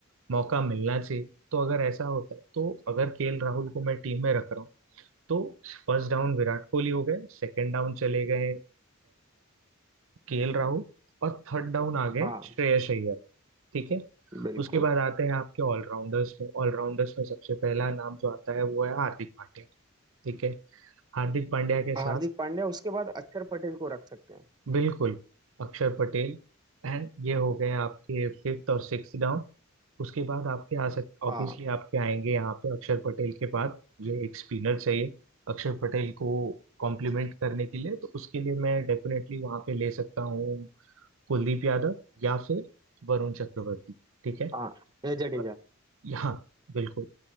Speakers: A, on the right; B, on the right.
A: मौका मिलना चाहिए तो अगर ऐसा होता है तो अगर केएल राहुल को मैं टीम में रख रहा हूँ तो फर्स्ट डाउन विराट कोहली हो गए सेकंड डाउन चले गए केएल राहुल और थर्ड डाउन आ गए
B: हाँ
A: श्रेयस अय्यर ठीक है
B: बिल्कुल
A: उसके बाद आते हैं आपके ऑलराउंडर्स में ऑलराउंडर्स में सबसे पहला नाम जो आता है वो है हार्दिक पांड्या ठीक है हार्दिक पांड्या के साथ
B: और हार्दिक पांड्या उसके बाद अक्षर पटेल को रख सकते हैं
A: बिल्कुल अक्षर पटेल एंड ये हो गए आपके फिफ्थ और सिक्स डाउन उसके बाद आपके आ सक ऑब्वियसली
B: हाँ
A: आपके आएंगे यहाँ पे अक्षर पटेल के बाद मुझे एक स्पिनर चाहिए अक्षर पटेल को कॉम्प्लीमेंट करने के लिए तो उसके लिए मैं डेफिनेटली वहां पे ले सकता हूँ कुलदीप यादव या फिर वरुण चक्रवर्ती ठीक है
B: हाँ या जडेजा
A: और यहाँ बिल्कुल